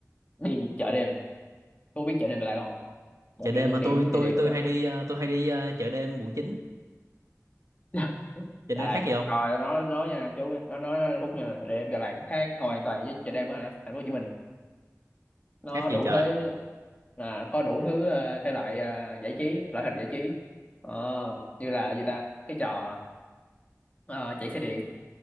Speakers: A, on the left; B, on the right.
A: đi chợ đêm Cô biết chợ đêm là lại không một
B: Chợ đêm
A: trong những
B: mà
A: điểm
B: tôi
A: địa
B: tôi
A: điểm
B: tôi
A: ờ,
B: hay đi ờ, tôi hay đi ờ, chợ đêm quận chín
A: <laughs>
B: Chợ
A: Đà
B: đêm
A: Lạt
B: khác gì không?
A: coi nó nói nha chú nó nói nó Phúc nha để em Đà Lạt nó khác hoàn toàn với chợ đêm ở thành phố Hồ Chí Minh nó
B: Khác
A: đủ
B: gì trời.
A: thế là có đủ thứ ờ, thể loại ờ, giải trí loại hình giải trí Ờ, như là gì ta cái trò ờ, chạy xe điện